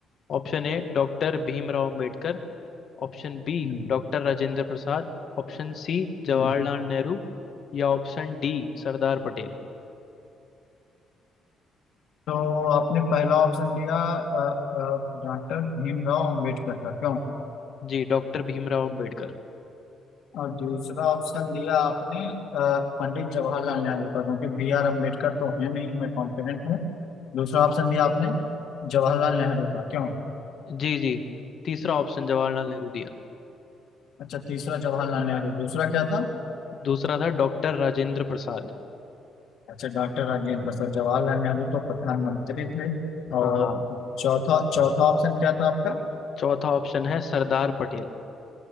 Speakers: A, on the left; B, on the left.
A: Option A doctor Bhimrao Ambedkar Option B
B: हम्म,
A: doctor Rajendra Prasad Option C Jawaharlal
B: हम्म।
A: Nehru या option D Sardar Patel
B: तो आपने पहला ऑप्शन दिया अ, अ, डॉक्टर भीमराव अम्बेडकर का क्यों
A: Ji doctor Bhimrao Ambedkar
B: और दूसरा ऑप्शन दिया आपने अ, पंडित जवाहरलाल नेहरू का क्योंकि बी आर अम्बेडकर तो है नहीं मैं कॉन्फिडेंट हूँ दूसरा ऑप्शन दिया आपने जवाहरलाल नेहरू का क्यों
A: Ji जी तीसरा ऑप्शन जवाहरलाल नेहरू दिया
B: अच्छा तीसरा जवाहरलाल नेहरू दूसरा क्या था
A: दूसरा था डॉक्टर राजेंद्र प्रसाद
B: अच्छा डॉक्टर राजेंद्र प्रसाद जवाहरलाल नेहरू तो प्रधानमंत्री थे
A: हाँ
B: और
A: हाँ
B: चौथा चौथा ऑप्शन क्या था आपका
A: चौथा ऑप्शन है सरदार पटेल